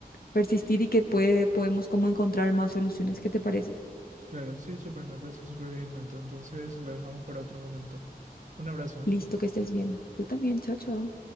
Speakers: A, on the left (about 65°); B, on the right (about 50°).
A: persistir y que puede, podemos como encontrar más soluciones. ¿Qué te parece?
B: Claro, sí, súper, me parece súper bien, Nanto. Entonces lo dejamos para otro momento. Un abrazo, ¿eh?
A: Listo, que estés bien. Tú también, chao, chao.